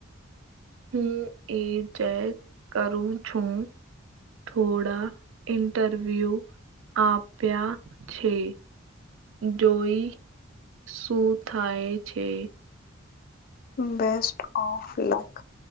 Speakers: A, on the right (about 70°); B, on the left (about 45°).
A: હું એ જે કરું છું થોડા ઇન્ટરવ્યૂ આપ્યા છે. જોઈ શું થાય છે.
B: બેસ્ટ ઓફ લક